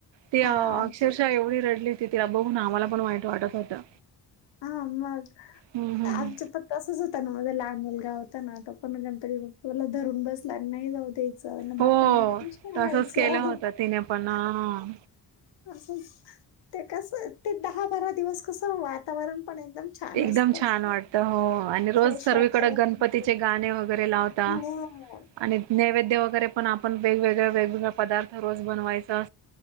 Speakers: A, on the right; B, on the left.
A: ते
B: हा
A: अक्षरशः
B: आमचे
A: एवढी रडली ते तिला बघून आम्हाला पण वाईट वाटत होतं
B: हा मग
A: हम्म हम्म
B: आमच्या पत्त तच होता <unintelligible> मुलगा होता ना त पण गणपती बाप्पा ला धरून बसला नाही जाऊ देत
A: हो
B: बा्पांना सांगयचं
A: तसच केलं होत तिने पण हा.
B: असं <inaudible> ते कस ते दहा बारा दिवस कसं वातावरण पण एकदम छान
A: एकदम
B: असतं
A: छान वाटत हो आणि रोज
B: फ्रेश
A: सर्ळीकडे
B: वाटतं का
A: गणपतीचे गाणे वगैरे लावतात
B: हो
A: आणि नैवेद्य वगैरे पण आपण वेगवेगळ वेगवेगळ्या पदार्थ रोज बनवायचा